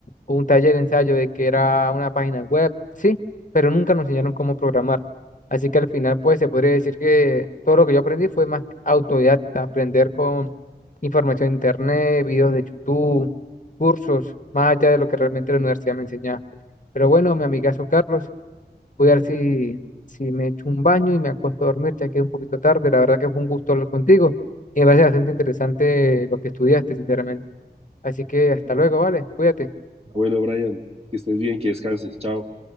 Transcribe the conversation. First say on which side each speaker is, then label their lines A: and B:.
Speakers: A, on the left; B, on the right.
A: un taller de ensayo de que era una página web, sí, pero nunca nos enseñaron cómo programar. Así que al final, pues se podría decir que todo lo que yo aprendí fue más autodidacta, aprender con información de internet, videos de YouTube, cursos, más allá de lo que realmente la universidad me enseñaba. Pero bueno, mi amigazo Carlos, Voy a ver si, si me echo un baño y me acuesto a dormir, ya que es un poquito tarde. La verdad que fue un gusto hablar contigo y me parece bastante interesante lo que estudiaste, sinceramente. Así que hasta
B: Ah,
A: luego, ¿vale? Cuídate.
B: Bueno, Brian, que estés bien, que descanses, chao.